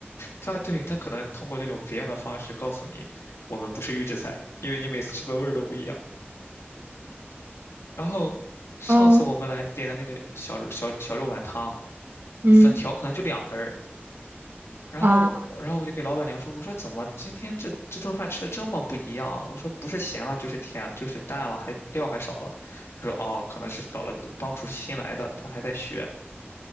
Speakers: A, on the left; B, on the right.
A: 他对他可能通过这种别样的方式告诉你，我们不是预制菜，因为你每次吃的味儿都不一样。然后上次我们来点的那个小肉小小肉丸汤，
B: 嗯嗯
A: 粉条可能就两根儿。然后，
B: 啊，
A: 然后我就给老板娘说：“我说怎么今天这这顿饭吃的这么不一样啊？我说不是咸了就是甜了就是淡了，还料还少了。”她说：“哦，可能是少了个，帮厨师新来的，他还在学。”